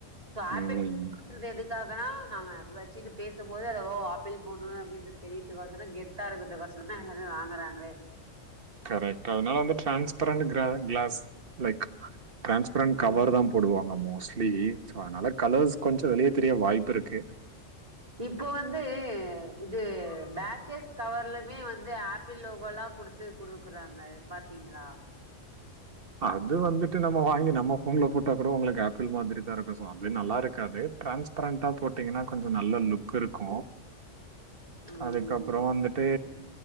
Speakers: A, on the right; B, on the right.
A: சோ
B: ம்.
A: ஆப்பிள் <inaudible> பாக்குறது எதுக்காகனா நாம வச்சுட்டு பேசும்போது அது ஓ ஆப்பிள் ஃபோனு அப்டின்ட்டு தெரியுதுக்கோசரோ கெத்தா இருக்கறதுக்கோசரேதா எல்லா வாங்குறாங்களே
B: கரெக்ட்டு அதனால வந்து transparent glass glass like transparent கவர்
A: ம்.
B: தா போடுவாங்க மோஸ்ட்லி சோ அதனால கலர்ஸ் கொஞ்சோ வெளியே தெரிய வாய்ப்புருக்கு
A: இப்ப வந்து இது பேக்கேஸ் கவர்லுமே வந்து ஆப்பிள் லோகோல்லா குடுத் து குடுக்கறாங்க பாத்தீங்களா
B: அது வந்துட்டு நம்ம வாங்கி நம்ம ஃபோன்ல போட்டா கூட உங்களுக்கு ஆப்பிள் மாரி தா இருக்கு சோ அப்டி நல்லாருக்காது ட்ரான்ஸ்ப்ரண்டா போட்டிங்கன்னா கொஞ்சோ நல்ல லுக்குருக்கு
A: ம்.
B: அதுக்கப்புறோ வந்துட் ப்பே